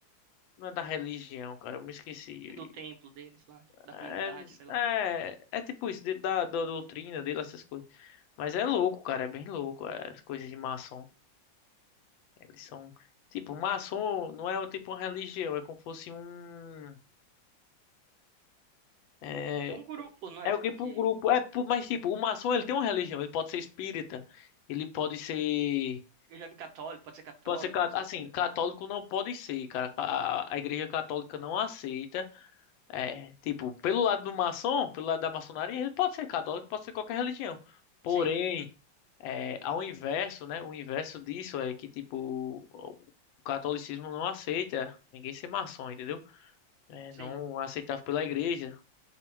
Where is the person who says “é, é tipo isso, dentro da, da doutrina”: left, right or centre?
Left